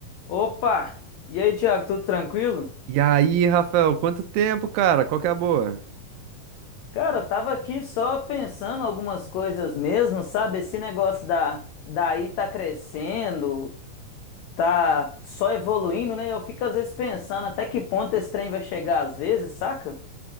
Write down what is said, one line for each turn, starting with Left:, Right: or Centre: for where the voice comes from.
Left: Opa! E aí, Thiago, tudo tranquilo?
Right: E aí, Rafael, quanto tempo, cara? Qual que é a boa?
Left: Cara, eu tava aqui só pensando algumas coisas mesmo, sabe? Esse negócio da daí tá crescendo, tá só evoluindo, né? Eu fico às vezes pensando até que ponto esse trem vai chegar às vezes, saca?